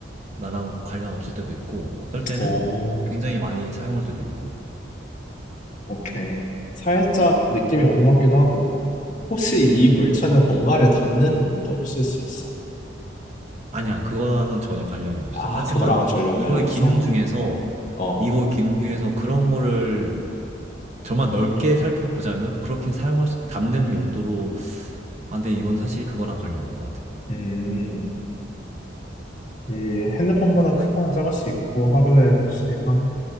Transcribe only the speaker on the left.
어,
오케이. 살짝 느낌이 오는 것 같기도 하고. 혹시 이
물체는 뭔가를 담는 용도로 쓸 수 있어?
아,
그거랑은 전혀
관련 없어?
어,
음, 이 핸드폰보다 크거나 작을 수 있고 하루에 몇 시간?